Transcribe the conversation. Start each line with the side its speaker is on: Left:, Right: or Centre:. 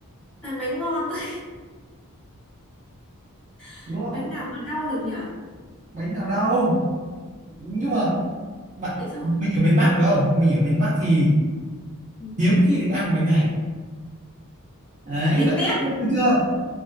Centre: Toàn bánh ngon thôi. <laughs>
Right: đúng không
Centre: Bánh nào mà đau được nhở?
Right: bánh nào đâu nhưng mà bạn
Centre: Tại sao?
Right: mình ở miền Bắc phải không mình ở miền Bắc thì
Centre: Ừ.
Right: hiếm khi được ăn bánh này đấy
Centre: Bánh
Right: vậy
Centre: tét,
Right: được chưa